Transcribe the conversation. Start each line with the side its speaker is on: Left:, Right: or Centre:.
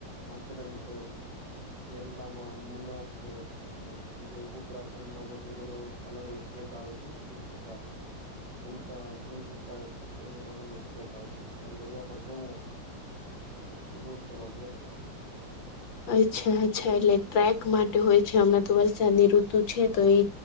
Right: માથેરાન છે કેરલામાં મુનાર છે. અને બીજો એક ઉત્તરાખંડમાં પછી એ બધો અલગ અલગ ટ્રેક આવે છે ત્રણથી ચાર હિમકા હિમસા એ બધા અલગ અલગ ટ્રેક આવે છે તમને જ્યા પણ જવું હોય. તમને ચૂઝ કરવાનું રેશે.
Left: અચ્છા અચ્છા એટલે ટ્રેક માટે હોય છે હમણાં તો વરસાદની ઋતુ છે તો એ